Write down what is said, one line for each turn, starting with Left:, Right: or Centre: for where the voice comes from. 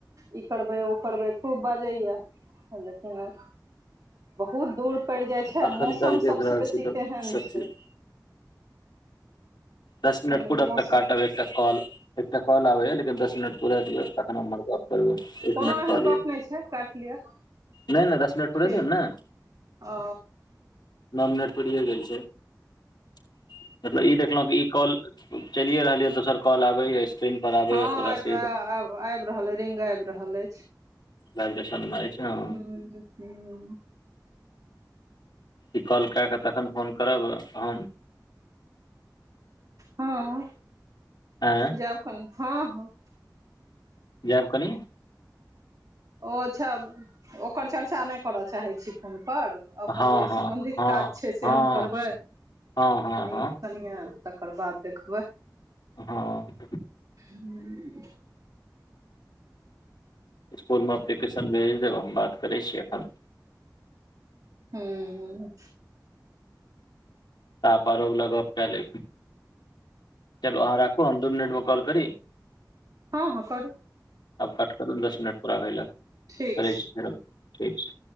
Right: ई करबै ओ करबै खूब बाजे यिन बहुत दूर पड़ जाय छै
Left: अखन
Right: मौसम
Left: तक देख
Right: सबसे
Left: रहल
Right: बेसी
Left: छी तऽ
Right: तेहन
Left: सब
Right: छै
Left: चीज
Right: तखन
Left: दस मिनट पूरा
Right: ई मौसम
Left: तक काटाबै एकटा कॉल एकटा कॉल आबै ह लेकिन दस मिनट पूरे दिअ तन हमर बात करब एक
Right: कोनो
Left: मिनट
Right: एहन
Left: कलिय
Right: गप नहि छै काटि लिअ
Left: नय नय दस मिनट पूरे
Right: ठीक
Left: दियऔ ने
Right: ओ
Left: नओ मिनट प गेल छै मतलब ई देखलो ई कॉल चलियए रहलियै दोसर कॉल आबैएा स्क्रीन पर आबैएा
Right: हँ
Left: पूरा
Right: आबि
Left: सीड
Right: आबि रहल रिंग आबि रहल
Left: लैब्रेशन मारे छै ने
Right: ह हू
Left: ई कॉल कए कऽ तखन फोन करब हम
Right: हँ
Left: आँ
Right: जाब कोन हँ हँ
Left: जाब कनि
Right: ओ सभ ओकर चर्चा नहि करय चाहैत छी फोनपर अपन
Left: हँ
Right: जे
Left: हँ
Right: सम्बन्धित
Left: हँ
Right: काज छै से
Left: हँ
Right: हम करबै
Left: हँ हँ
Right: कनी
Left: हँ
Right: कनिए तकर बाद देखबै
Left: हँ
Right: हुँ
Left: इसकुल मे अप्लीकेशन भेज देब हम बात करै छीियै अखन
Right: हू
Left: त अपारो वाला गप काय ले चलो ह राखू आ दो मनिटमे कॉल कर
Right: हँ हँ करू
Left: आब पट करू दस मिनट पराबै ल
Right: ठीक
Left: करै
Right: छै
Left: छी ठीक छै